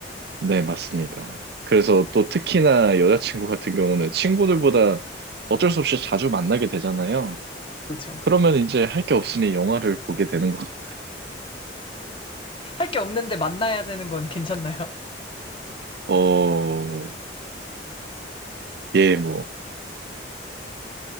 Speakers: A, on the right (about 60°); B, on the left (about 30°).
A: 네, 맞습니다. 그래서 또 특히나 여자친구 같은 경우는 친구들보다 어쩔 수 없이 자주 만나게 되잖아요.
B: 그렇죠.
A: 그러면 이제 할 게 없으니 영화를 보게 되는 거죠.
B: 할 게 없는데 만나야 되는 건 괜찮나요?
A: 어, 예, 뭐,